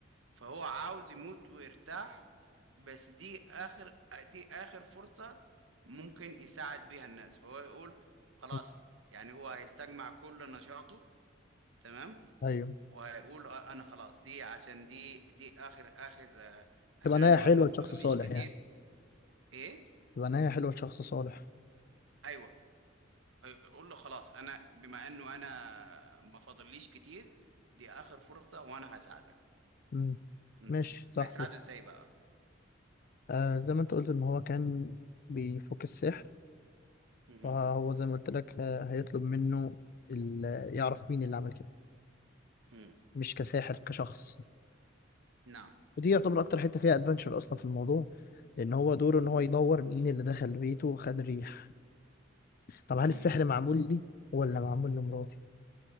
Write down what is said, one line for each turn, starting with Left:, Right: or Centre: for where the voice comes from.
Right: فهو عاوز يموت ويرتاح بس دي اخر دي اخر فرصة ممكن يساعد بيها الناس فهو يقول خلاص
Left: مم.
Right: يعني هو هيستجمع كل نشاطه تمام
Left: ايوه
Right: ويقول آه، انا خلاص دي عشان دي دي اخر اخر آه، عشان
Left: تبقى نهاية
Right: انا
Left: حلوة
Right: ما ما فاضليش
Left: لشخص صالح
Right: كتير
Left: يعني
Right: ايه
Left: تبقى نهاية حلوة لشخص صالح
Right: ايوه يقول له خلاص انا بما انه انا ما فاضليش كتير دي اخر فرصة وانا هساعدك
Left: مم.
Right: مم.
Left: ماشي صح
Right: هيساعده ازاي بقى
Left: آه زي ما انت قلت ان هو كان بيفك السحر
Right: مهم.
Left: فهو زي ما قلت لك آه هيطلب منه ال- يعرف مين اللي عمل كده
Right: مم.
Left: مش كساحر كشخص
Right: نعم
Left: ودي يعتبر اكتر حته فيها ادفنتشر اصلا في الموضوع لان هو دوره ان
Right: مم.
Left: هو يدور مين اللي دخل بيته وخد ريح طب هل
Right: مم.
Left: السحر معمول لي ولا معمول لمراتي